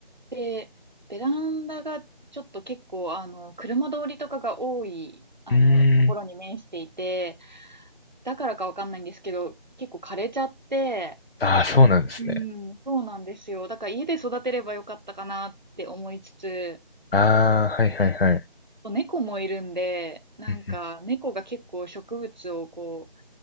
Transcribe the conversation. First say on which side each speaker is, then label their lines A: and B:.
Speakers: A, on the right; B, on the left.
A: で、ベランダがちょっと結構、あの、車通りとかが多い、あの、
B: うーん。
A: ところに面していて、だからかわかんないんですけど、結構枯れちゃって、
B: ああ、そうなんですね。
A: うん。そうなんですよ。だから家で育てればよかったかなって思いつつ、
B: ああ、はい、はい、はい。
A: 猫もいるんで、なんか猫が結構植物をこう、
B: うんうん